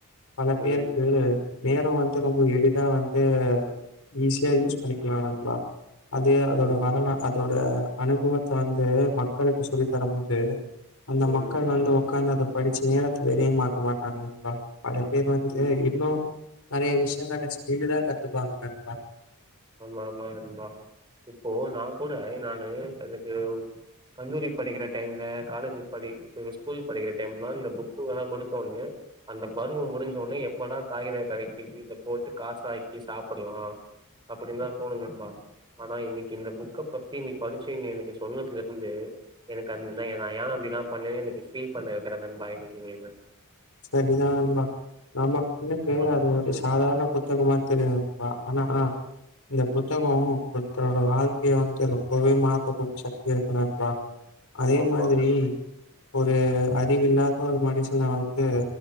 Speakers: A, on the left (about 75°); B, on the right (about 20°).
A: பல பேருக்கு
B: ம்
A: நேரோ வந்து ரொம்ப எளிதா வந்து ஈஸியா
B: ம்
A: யூஸ் பண்ணிக்கலா நண்பா அது
B: ம்
A: அதோட வரலா அதோட இந்த அனுபவத்தா இது மக்களுக்கு சொல்லி தர முடி து அந்த
B: ம்
A: மக்கள் வந்து உக்காந்து அத படிச்சு நேரத்த விரையமாக்க மாட்டாங்க நண்பா பல பேர் வந்துட்டு
B: ம்
A: இன்னு நறைய விஷ்யங்கள்ள ஸ்கிலுதா கத்துப்பாங்க நண்பா
B: ஆமா ஆமா அதுதா இப்போ நா கூட நானு எனக்கு கல்லூரி படிக்கிற டைம்ல காலேஜ் படிக்கற ஸ்கூல் படிக்கிற டைம்லா இந்த புக்குங்கல்லாம் குடுத்தோனே அந்த பருவம் முடிஞ்சோடனே எப்பதா காகித கடக்கு இத போட்டு காச ஆக்கி சாப்புட்லா அப்படிலா தோணு நண்பா ஆனா இன்னக்கு இந்த ஃபுக்க பத்தி நீ படிச்சு இன் எனக்கு சொன்னதுலேருந்து எனக்கு அந்த நா ஏ அப்டிலா பண்ணே எனக்கு ஃபீல் பண்ண வெக்கிற நண்பா இன்னக்கு நீனு
A: சரிதா நண்பா நாம எனக்கு
B: ஆமா நண்பா.
A: அது ஒரு சாதார்ண புத் புத்தகமா தெரியலம்பா ஆனா இந்த புத்தகம் ஒருத்தரோட வாழ்க்கய வந்து ரொம்பவே மாத்தக்கூடிய சக்தி இருக்கு நண்பா அதே
B: ஆமா
A: மாதுரி
B: நண்
A: ஒரு அறிவில்லாத ஒரு மனுஷன வந்து து